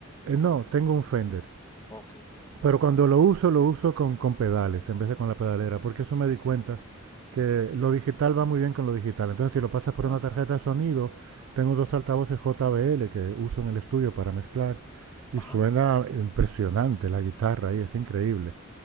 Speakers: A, on the right (about 70°); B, on the left (about 15°).
A: eh, no, tengo un Fender.
B: Ok.
A: Pero cuando lo uso, lo uso con, con pedales en vez de con la pedalera, porque eso me di cuenta que lo digital va muy bien con lo digital. Entonces, si lo pasas por
B: Ajá.
A: una tarjeta de sonido, tengo dos altavoces JBL que uso en el estudio para mezclar y
B: Ajá.
A: suena impresionante la guitarra ahí, es increíble.